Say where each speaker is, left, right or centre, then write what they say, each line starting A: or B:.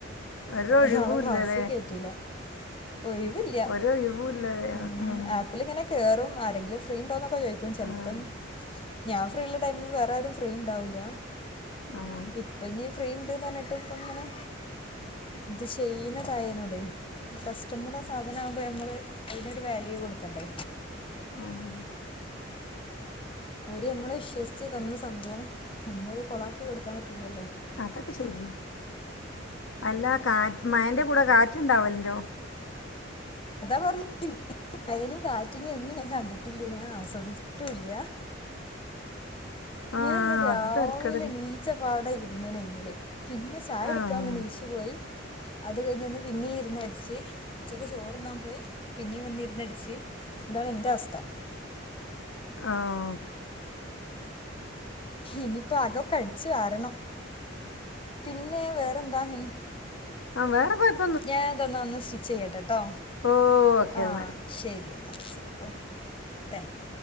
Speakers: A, on the left (about 85°); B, on the left (about 30°).
A: ഒരൊഴിവൂല്ലല്ലേ
B: അല്ലേ നാളെ ക്ലാസ്സി കയറ്റുല്ല ഒഴിവില്ല
A: ഒരൊഴിവുല്ല
B: ഉം
A: ആഹ്
B: ഓലിങ്ങനെ കേറും ആരെങ്കിലും ഫ്രീ ഉണ്ടോന്നൊക്കെ ചോയിക്കും ചിലപ്പൻ
A: ആഹ്
B: ഞാ ഫ്രീള്ള ടൈമില് വേറെ ആരും ഫ്രീ ഉണ്ടാവൂല
A: ആഹ്
B: ഇപ്പ ഇനി ഫ് ഫ്രീണ്ട്ന്ന് പറഞ്ഞിട്ട് ഇപ്പ ഇങ്ങനെ ഇത് ചെയ്യുന്നതായനൊടെ. കസ്റ്റമറ സാധനാകുമ്പോ നമ്മള് അതിനൊരു വാല്യൂ കൊടുക്കണ്ടേ
A: ആഹ്
B: ഓര് നമ്മളെ വിശ്വസിച്ചു തന്ന സംഭവം നമ്മളത് കൊളാക്കി കൊടുക്കാൻ പറ്റൂലല്ലോ
A: അതൊക്കെ ശരിയാ അല്ല കാറ്റ് മഴന്റെ കൂടെ കാറ്റ് ഇണ്ടാവല്ണ്ടോ
B: അതാ പറഞ്ഞെ മഴനെയും കാറ്റിനെയും ഒന്നും ഞാൻ കണ്ടിട്ടില്ല ഞാൻ ആസ്വദിച്ചിട്ടുല്ല
A: ആഹ്
B: ഞാൻന്ന് രാവിലെ
A: അത് തരക്കേടില്ല
B: നീച്ച പാടെ ഇരുന്നണ് ഈമല് പിന്നെ ചായ കുടിക്കാൻ
A: ആഹ്
B: ഒന്നെണീച്ചു പോയി അത് കഴിഞ്ഞന്ന് പിന്നി ഇരുന്ന് അടിച്ച് ഉച്ചക്ക് ചോ ർ തിന്നാൻ പോയി പിന്നിം വന്നിരുന്നടിച്ച് ഇതാണ് ഇന്റെ അവസ്ഥ
A: ആഹ
B: ഇനിപ്പോ അകൊക്കെ അടിച്ചു വാരണം പിന്നെ വേറെന്താ ഹിം
A: ആ വേറെ കൊയ
B: ഞാതെന്നാ ഒന്ന് സ്റ്റിച്ച് ചെയ്യട്ടെട്ടോ
A: ഓഹ് ഓക്കെ
B: ആ
A: എന്നാൽ
B: ശരിന്നാ ശരി ഓക്കെ താങ്ക്യു